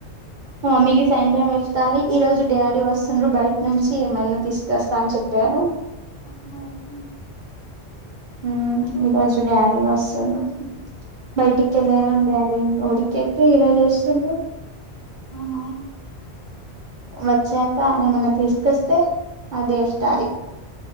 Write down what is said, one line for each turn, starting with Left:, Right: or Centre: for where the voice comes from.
Right: మా మమ్మీకి సాయంత్రం ఇప్తి ఈ రోజు డాడీ వస్తుండ్రూ బయట నుంచి ఏమైన్నా తీసుకొస్తా అని చెప్ ఆ
Left: ఆ ఒకే
Right: హ్మ్‌ ఈరోజు డాడీ వస్తుందు బయటికి వెళ్ళారు కానీ ఒకరికేతే ఈరోజుచేస్తుండ్రూ
Left: ఆహా
Right: వచ్చాక ఏమన్నా తీసుకొస్తే ఆ దేస్తాది